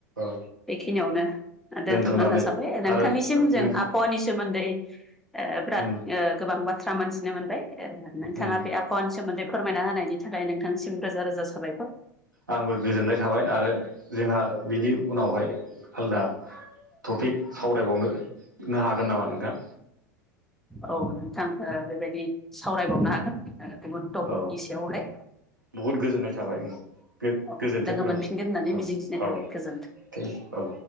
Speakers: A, on the right; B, in the centre.
A: औ
B: बेखिनियावनो दोनथ'नो
A: दोनथ'नानै
B: होनना सानबाय नोंथांनिसिम
A: आरो
B: जों
A: नों
B: आबहावानि सोमोनदै दै ओ बिराद
A: उम
B: ओ गोबां बाथ्रा मोनथिनो मोनबाय ओ नोंथाङा
A: उम
B: बे आबहावानि सोमोन्दै फोरमायना होनायनि थाखाय नोंथांनिसिम रोजा रोजा साबायखर।
A: आंबो गोजोननाय थाबाय आरो जोंहा बिनि उनावहाय आलदा टपिक सावरायबावनो हागोन नामा नोंथां?
B: औ नोंथां ओ बेबायदि सावरायबावनो हागोन गुबुन टपिनि
A: औ
B: सायावहाय।
A: बहुद गोजोननाय थाबाय। गो-गोजोन्थों
B: अ लोगो
A: औ
B: मोनफिनगोन होननानै
A: औ
B: मिजिंथिनाय
A: औ
B: थाबाय गोजोन्थों।
A: थें औ